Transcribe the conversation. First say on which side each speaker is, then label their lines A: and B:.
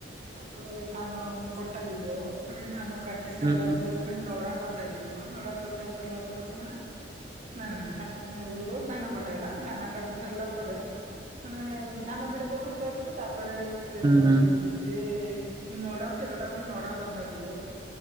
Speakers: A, on the right; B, on the right.
A: ତାପରେ ଧାନ କୁ କଟାଯିବ ପୁଣି ଧାନ କାଟି ସାରିଲା
B: ହୁଁ ହୁଁ
A: ପରେ ପୁଣି ନଡା କ୍ କଟା ଯିବ ନଡା କଟା ସାରିଲା ପରେ ମାନେ ନାଇ ନାଇ ଫାଷ୍ଟେ ଯଉ କ ଧାନ କଟା ହେଲା ଧାନ କାଟି ସାରିଲା ପରେ ମାନେ ଧାନ ବିଡା ଘରକୁ ଆସିବ ତାପ୍ ତପରେ ସେ ଯ
B: ହୁଁ
A: ଯେ ନଡ଼ା ଆସିବା କଥା ପୁଣି ନଡ଼ା ବନ୍ଧା ଯିବ